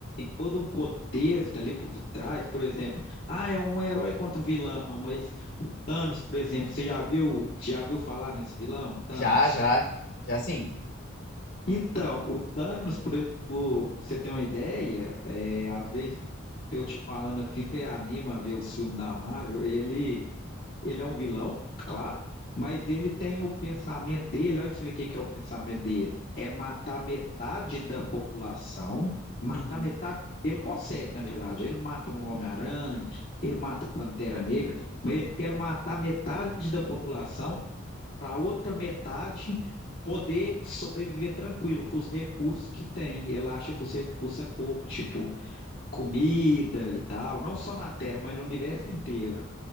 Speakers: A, on the left (about 45°); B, on the left (about 70°).
A: todo um contexto ali por trás, por exemplo, ah, é um herói contra o vilão, mas o Thanos, por exemplo, você já viu, já viu falar nesse vilão, Thanos?
B: Já, já. Já sim.
A: Então, o Thanos, por, por- pra você ter uma ideia, é, às vezes eu te falando assim, você anima a ver o filme da Marvel, ele ele é um vilão, claro, mas ele tem o pensamento dele. Olha pra você ver o que que é o pensamento dele. É matar metade da população. Matar
B: Uhum.
A: metade. Ele consegue, na verdade. Ele mata um Homem-Aranha, ele mata o Pantera Negra, mas ele quer matar metade da população para outra metade poder sobreviver tranquilo com os recursos que tem. Ele acha que os recursos é pouco, tipo comida e tal, não só na Terra, mas no universo inteiro.